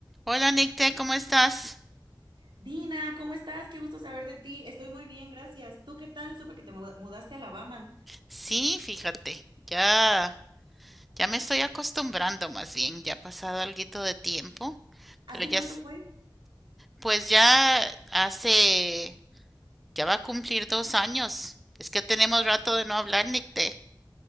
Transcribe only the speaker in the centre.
Hola Nicte, ¿cómo estás?
Sí, fíjate, ya, ya me estoy acostumbrando más bien, ya ha pasado alguito de tiempo,
pero ya,
es-
pues ya hace, ya va a cumplir dos años. Es que tenemos rato de no hablar, Nicte.